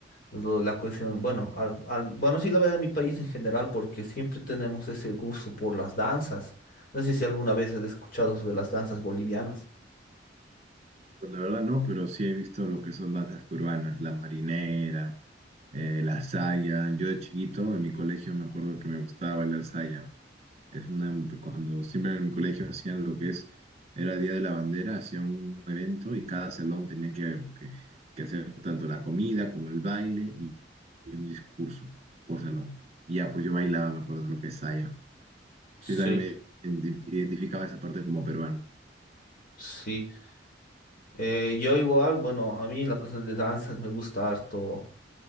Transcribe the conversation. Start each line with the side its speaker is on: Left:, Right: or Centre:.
Left: lo- La cuestión, bueno, al- al- bueno, sí la verdad en mi país en general, porque siempre tenemos ese gusto por las danzas. No sé si alguna vez has escuchado sobre las danzas bolivianas.
Right: Pues la verdad no, pero sí he visto lo que son danzas peruanas, la marinera, eh, la saya. Yo de chiquito en mi colegio me acuerdo que me gustaba bailar saya. Es una, cuando siempre en mi colegio hacían lo que es, era Día de la Bandera, hacían un evento y cada salón tenía que, que- que hacer tanto la comida como el baile y, y un discurso por salón. Y ya, pues yo bailaba, me acuerdo lo que es saya.
Left: Sí,
Right: Sí, también me identi- identificaba esa parte como peruano.
Left: sí. Eh, yo igual, bueno, a mí la cuestión de danzas me gusta harto